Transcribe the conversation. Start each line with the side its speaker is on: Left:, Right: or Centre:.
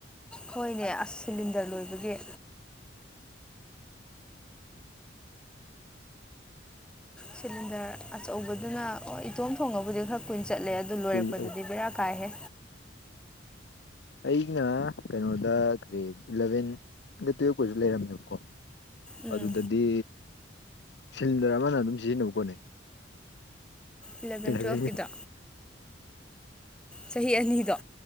Centre: ꯍꯣꯏꯅꯦ ꯑꯁ ꯁꯤꯂꯤꯟꯗ꯭ꯔ ꯂꯣꯏꯕꯒꯤ ꯁꯤꯂꯤꯟꯗ꯭ꯔ ꯑꯆꯧꯕꯗꯨꯅ ꯑꯣ ꯏꯇꯣꯝ ꯊꯣꯡꯉꯕꯨꯗꯤ ꯈꯔ ꯀꯨꯏ ꯆꯠꯂꯦ ꯑꯗꯨ ꯂꯣꯏꯔꯛꯄꯗꯗꯤ
Left: ꯀꯨꯏ ꯑꯁ
Centre: ꯕꯦꯔꯥ ꯀꯥꯏꯍꯦ
Left: ꯑꯩꯅ ꯀꯩꯅꯣꯗ ꯀꯔꯤ ꯏꯂꯚꯦꯟꯒ ꯇꯨꯌꯦꯞꯀꯖꯨ ꯂꯩꯔꯝꯃꯦꯕꯀꯣ
Centre: ꯎꯝ
Left: ꯑꯗꯨꯗꯗꯤ ꯁꯤꯂꯤꯟꯗ꯭ꯔ ꯑꯃꯅ ꯑꯗꯨꯝ ꯁꯤꯖꯤꯟꯅꯕ ꯀꯣꯟꯅꯩ
Centre: ꯏꯂꯚꯦꯟ
Left: ꯏꯂꯚꯦꯟꯒꯤ
Centre: ꯇꯨꯋꯦꯜꯐꯀꯤꯗꯣ ꯆꯍꯤ ꯑꯅꯤꯗꯣ